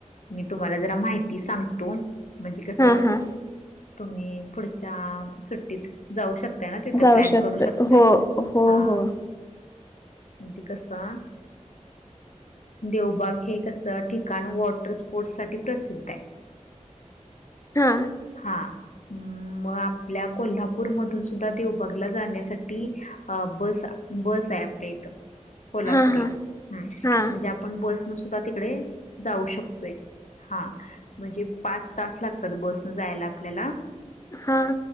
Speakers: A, on the left; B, on the left.
A: मी तुम्हाला जरा माहिती ती सांगतो म्हणजे कस
B: हा हा
A: तुम्ही पुढच्या सुट्टीत जाऊ शकताय ना तिथे
B: जाऊ
A: प्लॅन
B: शकत
A: करू शकतोय
B: हो हो
A: हा
B: हो
A: म्हणजे कसा देवबाग हे कसं ठिकाण वॉटर स्पोर्ट्स साठी प्रसिद्ध आहे <inaudible>
B: हा
A: हा अ मग आपल्या कोल्हापूर मधून सुद्धा देवबागला जाण्यासाठी बस बस आहे आपल्या इथं कोल्हापूरला
B: हा हा
A: ह
B: हा
A: म्हणजे आपण बसन सुद्धा तिकडे जाऊ शकतोय हा म्हणजे पाच तास लागतात बसन जायला आपल्याला
B: हां